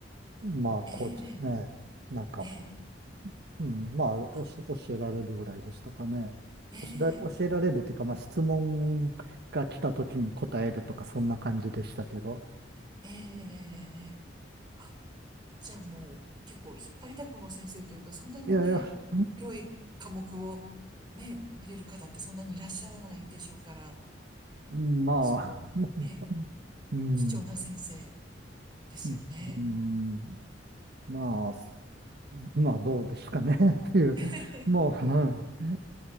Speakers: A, on the right; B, on the right.
A: まあ、こうですね、
B: ええ、え
A: なんか、
B: え、ええ
A: うん、まあ、
B: あ、
A: おし、教えられるぐらいでしたかね。
B: ええ、
A: 教えら、教えられるっていうか、まあ、質問が来た時に答えるとか、そんな感じでしたけど。
B: ええ、ええ、ええあ、じゃあもう結構引っ張りだこの先生というか、そんなにね、
A: いやいや、
B: 広い科目をね、見れる方ってそんなにいらっしゃらないでしょうから、
A: うんまあ、
B: すごくね、
A: うん、
B: 貴重な先生ですよね。
A: うん、まあ、そまあ、どうですかね <laughs> っていう、
B: <laughs>
A: もう、はい。